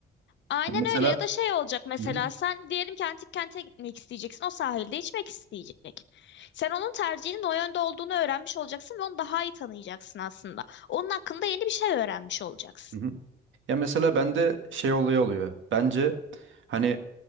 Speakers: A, on the left (about 65°); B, on the right (about 75°).
A: Aynen
B: Mesela
A: öyle ya da şey olacak mesela
B: Hı hı.
A: sen diyelim ki antik kente gitmek isteyeceksin o sahilde içmek isteyecek. Sen onun tercihinin o yönde olduğunu öğrenmiş olacaksın ve onu daha iyi tanıyacaksın aslında. Onun hakkında yeni bir şey öğrenmiş olacaksın.
B: Hı hı. Ya mesela bende şey oluyor oluyor. Bence hani